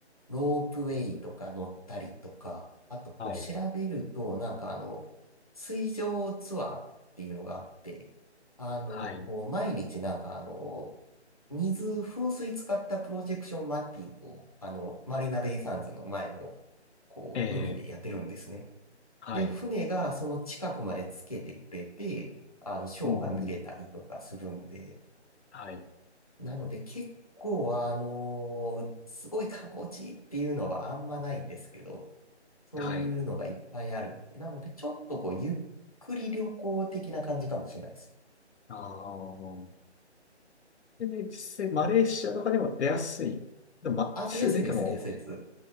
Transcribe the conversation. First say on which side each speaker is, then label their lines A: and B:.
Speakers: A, on the left; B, on the left.
A: う、ロープウェイとか乗ったりとか、あとこう調べると、
B: はい。
A: なんかあの、水上ツアーっていうのがあって、あの、
B: はい。
A: こう、毎日なんかあの、水、噴水使ったプロジェクションマッピングを、あの、マリーナベイサンズの前の、こう、
B: ええ
A: 海でやってるんですね。
B: はい。
A: で、船がその近くまでつけてくれて、あの、ショーが見れたりとかするんで、
B: うん。はい。
A: なので結構、あのすごい観光地っていうのはあんまないんですけど、そういうのがいっぱいあるんで、
B: はい。
A: なのでちょっとこう、ゆっくり旅行的な感じかもしれないです。
B: ああ。でね、実際マレーシアとかでも出やすい。でも、ま、
A: あ、
B: 一際出ても、
A: 出やすいです、出やすいです。